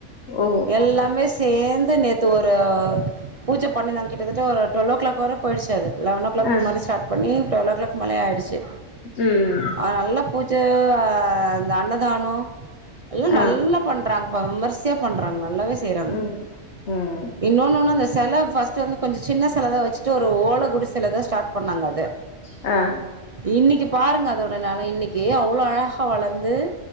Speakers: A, on the left (about 60°); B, on the right (about 50°).
A: ஓ
B: எல்லாமே சேந்து ந்து நேத்து ஒரு பூஜ பண்ணினாங்க கிட்டத்தட்ட ஒரு டுவெல்லோ க்ளாக் வர போயிடுச்சு அது லெவன்லோ க்ளாக்
A: ஆ
B: மேல ஸ்டார்ட் பண்ணி டுவெல்லோ க்ளாக் மேல ஆயிடுச்சு
A: ம்
B: ஆ நல்ல பூஜ அ இந்த அன்னதானோ எல்லா நல்லா
A: ஆ
B: பண்றாங்க விமர்சையா பண்றாங்க நல்லாவே செய்றாங்க
A: ம் ம்
B: இன்னொன்று ஒன்று அந்த செல ஃபஸ்ட்டு வந்து கொஞ்சோ சின்ன செலதா வச்சுட்டு ஒரு ஓலகுடி செல தா ஸ்டார்ட் பண்ணாங்க அது
A: அ
B: இன்னைக்கி பாருங்க அதோட நெல இன்னைக்கி அவ்ளோ அழகா வளந்து